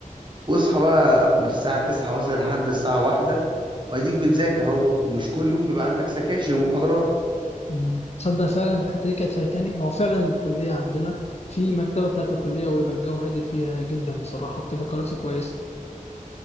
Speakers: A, on the right; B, on the left.
A: واصحى بقى من الساعة تسعة مثلا لحد الساعة واحدة واديك بتذاكر اهو ومش كل يوم بيبقى عندك سكاشن ومحاضرات
B: مم. تصدق فعلا الحته دي كانت فايتاني هو فعلا الكليه عندنا في مكتبه بتاعه الكليه ويبقى الجو هادي فيها جدا بصراحه بتبقى كراسي كويسه